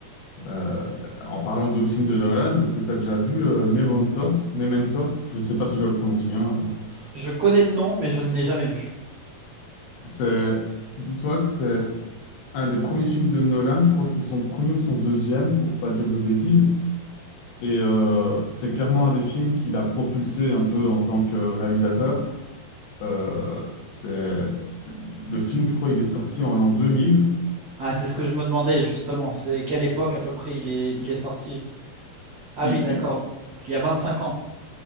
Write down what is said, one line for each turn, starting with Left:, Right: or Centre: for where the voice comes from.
Left: Euh, en parlant d'autres films de Nolan, est-ce que tu as déjà vu euh, Memento? Memento? Je sais pas si je le prononce bien. euh.
Right: Je connais le nom, mais je ne l'ai jamais vu.
Left: C'est, dis-toi que c'est un des premiers films de Nolan, je crois que c'est son premier ou son deuxième, pour pas dire de bêtises. Et euh, c'est clairement un des films qui l'a propulsé un peu en tant que réalisateur. Euh, c'est le film, je crois, il est sorti en l'an 2000.
Right: Ah, c'est ce que je me demandais justement, c'est quelle époque à peu près il est, il est sorti. Ah
Left: Il,
Right: oui, d'accord,
Left: il-
Right: il y a vingt-cinq ans.